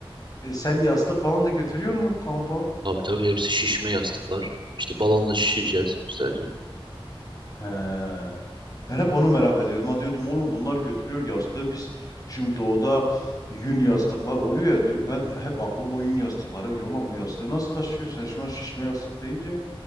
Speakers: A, on the left (about 40°); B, on the right (about 55°).
A: e sen yastık falan da götürüyor musun kampa?
B: Tabii tabii hepsi şişme yastıklar. İşte balonla şişeceğiz güzelce.
A: He. Ben hep onu merak ediyordum. Ha diyordum oğlum bunlar götürüyor yastığı. Biz şimdi doğuda yün yastıklar oluyor ya diyor. Ben hep aklım o yün yastıklara gidiyor. Ulan bu yastığı nasıl taşıyor? Sen şu an şişme yastık deyince